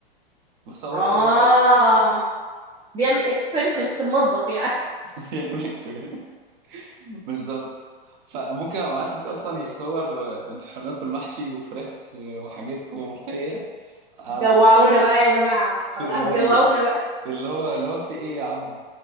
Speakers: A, on the right (about 55°); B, on the right (about 15°).
A: بس هو
B: اه
A: بيحب الطاقة
B: بيعمل اكسبيرمنت في المطبخ يعني
A: <laughs> بيعمل لك سوي <laughs> بالظبط فممكن ابعت لك اصلا
B: اوكي
A: الصور آه، ان احنا بناكل محشي وفراخ وحاجات وملوخية على
B: جوعونا بقى يا جماعة
A: في
B: بقى
A: الأبيض
B: هتجوعونا بقى
A: اللي هو اللي هو في ايه يا عم